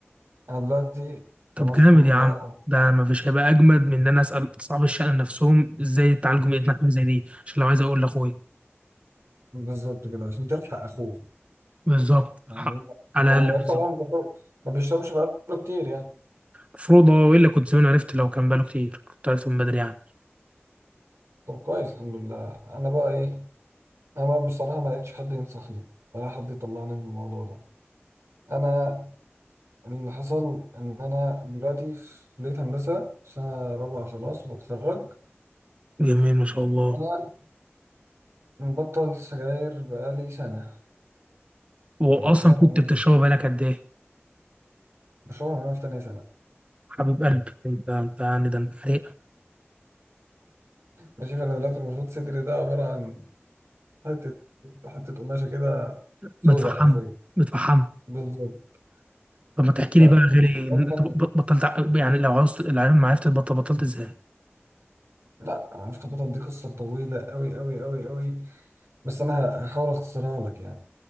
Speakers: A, on the right; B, on the right.
A: انا دلوقتي
B: طب
A: خلاص
B: جامد
A: الحمد
B: يا
A: لله
B: عم ده ما فيش هيبقى اجمد من ان انا اسال اصحاب الشأن نفسهم ازاي يتعالجوا من ادمان حاجه زي دي عشان لو عايز اقول لاخويا
A: بالظبط كده عشان تلحق اخوك
B: بالظبط
A: يعني
B: الحق. على
A: هو
B: الاقل بالظبط
A: طبعا بخور. ما بيشربش بقاله كتير يعني
B: المفروض هو الا كنت زمان عرفت لو كان باله كتير كنت عرفت من بدري يعني
A: طب كويس الحمد لله انا بقى ايه انا بقى بصراحة ما لقيتش حد ينصحني ولا حد يطلعني من الموضوع ده انا اللي حصل إن أنا دلوقتي في كلية هندسة سنة رابعة خلاص وبتخرج
B: جميل ما شاء الله
A: أنا مبطل سجاير بقالي سنة
B: واصلا
A: الدخان
B: كنت
A: عموما
B: بتشربه بقالك قد ايه
A: بشربها من وأنا في تانية سنة
B: حبيب قلبي انت انت يعني ده انت حريق
A: ماشي فأنا دلوقتي المفروض صدري ده عبارة عن حتة حتة قماشة كده سودة
B: متفحم
A: حرفيا
B: متفحم
A: بالظبط
B: طب ما تحكي
A: فاللي
B: لي بقى غيري
A: حصل
B: انت
A: أصلا
B: ب- بطلت ع- يعني لو عاوز العلم ما عرفت تبطل بطلت ازاي
A: لأ عرفت أبطل دي قصة طويلة أوي أوي أوي أوي بس أنا هحاول أختصرها لك يعني